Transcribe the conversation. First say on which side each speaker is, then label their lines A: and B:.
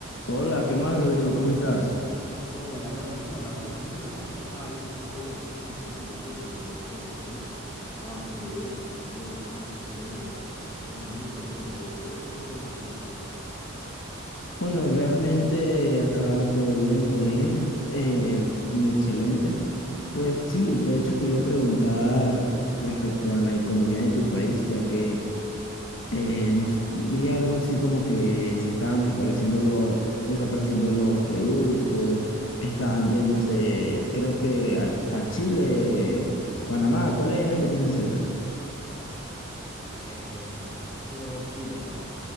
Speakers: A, on the left; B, on the left.
A: Hola, ¿qué más, Rodrigo? ¿Cómo estás?
B: Hola Ronnie, ¿cómo andás? ¿Todo tranquilo? Sabes que estaba viendo acá un poco de noticias de política hoy y la verdad que mi país va bastante bien, cambió bastante la situación y, y nada, muy contento por eso. ¿Y vos cómo va allá en Venezuela?
A: Bueno, realmente acá todo bien, todo bien, eh, muy excelente. Pues sí, de hecho te iba a preguntar respecto a la economía de tu país, ya que eh, nos vi algo así como que se estaban desapareciendo los, desapareciendo los productos, estaban yéndose, creo que a, a Chile, Panamá, ¿cuál es el que tienen cerca?
B: Eh, nosotros tenemos Chile cerca.